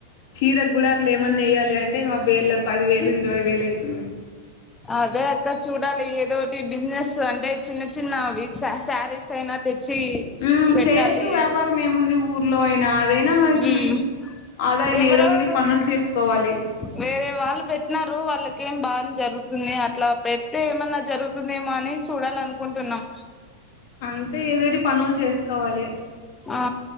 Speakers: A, on the left; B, on the left.
A: చీరక్ గుడ అట్ల ఏమన్నా ఎయ్యాలి అంటే ఇంగ వేళ పదివేలు ఇరవై వేలు ఐతుంది
B: అదే అక్క చూడాలి ఏదోటి బిజినెస్ అంటే చిన్న చిన్నవి సా శారీస్ అయినా తే చీ
A: ఉమ్
B: పెట్టాలీ
A: చేయొచ్చు వ్యాపారం ఏముంది ఊర్లో అయినా అదైనా మనకి
B: మ్
A: ఆదాయం
B: ఎవరెవరు
A: ఏదో ఒకటి పనులు చేసుకోవాలి
B: వేరే వాళ్ళు పెట్టినరూ వాళ్ళక్ కేం బాన్ జరు తుంది అట్లా పెడ్తే ఏమన్నా జరుగుతుందేమో అని చూడాలనుకుంటున్నం
A: అంతే ఏదోటి పనుల్ చేస్కోవాలి
B: ఆ